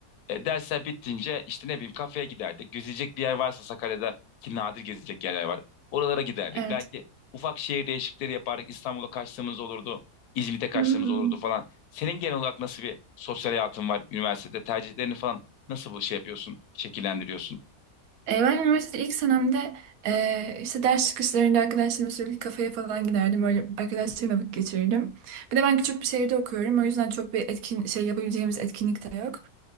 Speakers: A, on the left; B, on the right.
A: E, dersler bittince işte ne bileyim kafeye giderdik. Gezecek bir yer varsa Sakarya'da ki nadir gezecek yerler var. Oralara giderdik.
B: Evet.
A: Belki ufak şehir değişiklikleri yapardık. İstanbul'a kaçtığımız olurdu. İzmit'e kaçtığımız
B: Hmm.
A: olurdu falan. Senin genel olarak nasıl bir sosyal hayatın var üniversitede? Tercihlerini falan nasıl bu şey yapıyorsun, şekillendiriyorsun?
B: E, Ben üniversitede ilk senemde e, işte ders çıkışlarında arkadaşlarımla sürekli kafeye falan giderdim. Öyle arkadaşlarımla vakit geçirirdim. Bir de ben küçük bir şehirde okuyorum. O yüzden çok bir etkin şey yapabileceğimiz etkinlik de yok.